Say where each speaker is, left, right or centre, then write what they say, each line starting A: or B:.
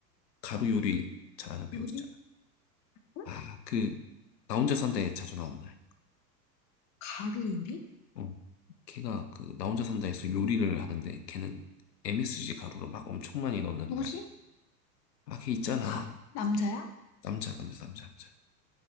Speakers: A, on the left; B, on the left.
A: 가루 요리 잘하는 배우
B: 누구지?
A: 있잖아.
B: 응?
A: 아 그 나 혼자 산다에 자주 나오는 애.
B: 가루 요리?
A: 어 걔가 그 나 혼자 산다에서 요리를 하는데 걔는 MSG 가루를 막 엄청 많이 넣는
B: 누구지?
A: 아이. 아, 걔 있잖아.
B: 가, 남자야?
A: 남자, 남자, 남자, 남자.